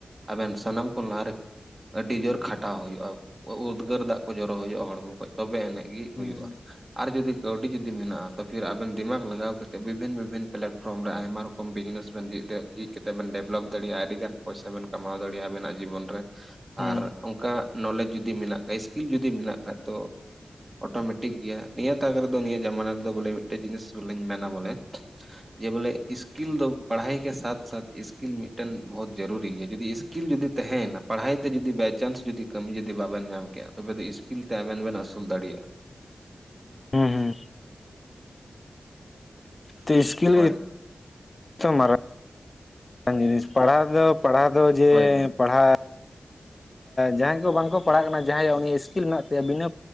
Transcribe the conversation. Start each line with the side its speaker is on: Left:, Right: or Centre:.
Right: ᱟᱵᱮᱱ ᱥᱟᱱᱟᱢ ᱠᱷᱚᱱ, ᱞᱟᱦᱟ ᱨᱮ, ᱟᱹᱰᱤ ᱡᱳᱨ ᱠᱷᱟᱴᱟᱣ ᱦᱩᱭᱩᱜᱼᱟ, ᱩᱫᱽᱜᱟᱹᱨ ᱫᱟᱜ ᱠᱚ, ᱡᱚᱨᱚ ᱦᱩᱭᱩᱜᱼᱟ, ᱦᱚᱲ ᱢᱚᱠᱷᱚᱡ, ᱛᱚᱵᱮ ᱮᱱᱮᱡ ᱜᱮ,
Left: ᱦᱩᱸ
Right: ᱦᱩᱭᱩᱜᱼᱟ ᱾ ᱟᱨ ᱡᱩᱫᱤ ᱠᱟᱹᱣᱰᱤ ᱡᱩᱫᱤ ᱢᱮᱱᱟᱜᱼᱟ ᱛᱚ ᱯᱷᱤᱨ ᱟᱵᱮᱱ ᱫᱤᱢᱟᱜᱽ ᱞᱟᱜᱟᱣ ᱠᱟᱛᱮᱜ ᱵᱤᱵᱷᱤᱱ ᱵᱤᱵᱷᱤᱱ ᱯᱞᱟᱴᱯᱷᱚᱨᱚᱢ ᱨᱮ ᱟᱭᱢᱟ ᱨᱚᱠ ᱠᱚᱢ ᱵᱤᱡᱱᱮᱥ ᱵᱮᱱ ᱡᱤ ᱫᱮᱡ ᱡᱷᱤᱡ ᱠᱟᱛᱮᱫ ᱵᱮᱱ ᱰᱮᱵᱷᱞᱚᱯ ᱫᱟᱲᱮᱼᱟ ᱟᱹᱰᱤ ᱜᱟᱱ ᱯᱚᱭᱥᱟ ᱵᱮᱱ ᱠᱟᱢᱟᱣ ᱫᱟᱲᱮᱭᱟᱜᱼᱟ ᱟᱵᱮᱱᱟᱜ ᱡᱤᱵᱚᱱ ᱨᱮ ᱾
Left: ᱦᱩᱸ
Right: ᱟᱨ ᱚᱱᱠᱟ ᱱᱚᱞᱮᱡᱽ ᱡᱩᱫᱤ ᱢᱮᱱᱟᱜ ᱠᱷᱟᱡ ᱤᱥᱠᱤᱞ ᱡᱩᱫᱤ ᱢᱮᱱᱟᱜ ᱠᱷᱟᱡ ᱫᱚ᱾ ᱚᱴᱳ ᱢᱮᱴᱤᱠ ᱜᱮᱭᱟ ᱱᱤᱭᱟᱹ ᱛᱟᱠ ᱨᱮᱫᱚ ᱱᱤᱭᱟᱹ ᱡᱟᱢᱟᱱᱟ ᱨᱮᱫᱚ ᱵᱚᱞᱮ ᱢᱤᱫᱴᱮᱡ ᱡᱤᱱᱤᱥ ᱵᱚᱞᱮᱧ ᱢᱮᱱᱟ ᱵᱚᱞᱮ ᱡᱮ ᱵᱚᱞᱮ ᱤᱥᱠᱤᱞ ᱫᱚ ᱯᱟᱲᱦᱟᱭ ᱠᱮ ᱥᱟᱛ ᱥᱟᱛ ᱤᱥᱠᱤᱞ ᱢᱤᱫ ᱴᱮᱱ ᱵᱚᱦᱚᱛ ᱡᱟᱹᱨᱩᱨᱤ ᱜᱮᱭᱟ ᱡᱩᱫᱤ ᱤᱥᱠᱤᱞ ᱡᱩᱫᱤ ᱛᱟᱦᱮᱭ ᱮᱱᱟ ᱯᱟᱲᱦᱟᱭ ᱛᱮ ᱡᱩᱫᱤ ᱵᱟᱭ ᱪᱟᱱᱥ ᱡᱩᱫᱤ ᱠᱟᱹᱢᱤ ᱡᱩᱫᱤ ᱵᱟᱵᱮᱱ ᱧᱟᱢ ᱠᱮᱜᱼᱟ ᱛᱚ ᱵᱮ ᱫᱚ ᱤᱥᱠᱤᱞ ᱛᱮ ᱟᱵᱮᱱ ᱵᱮᱱ ᱟᱹᱥᱩᱞ ᱫᱟᱲᱮᱭᱟᱜᱼᱟ᱾
Left: ᱦᱩᱸ ᱦᱩᱸ ᱛᱤ ᱤᱥᱠᱤᱞ
Right: ᱦᱳᱭ
Left: ᱜᱮ ᱪᱚ ᱢᱟᱨᱟᱝ ᱡᱤᱱᱤᱥ ᱯᱟᱲᱦᱟᱣ ᱛᱮ ᱫᱚ ᱯᱟᱲᱦᱟᱣ ᱫᱚ ᱡᱮ
Right: ᱦᱳᱭ ᱦᱳᱭ
Left: ᱯᱟᱲᱦᱟᱜ ᱡᱟᱦᱟᱸᱭ ᱠᱚ ᱵᱟᱝ ᱠᱚ ᱯᱟᱲᱦᱟᱜ ᱠᱟᱱᱟ ᱡᱟᱦᱟᱸᱭᱟᱜ ᱩᱱᱤᱭᱟᱜ ᱥᱠᱤᱞ ᱢᱮᱱᱟᱜ ᱛᱟᱭᱟ ᱵᱤᱱᱟᱹ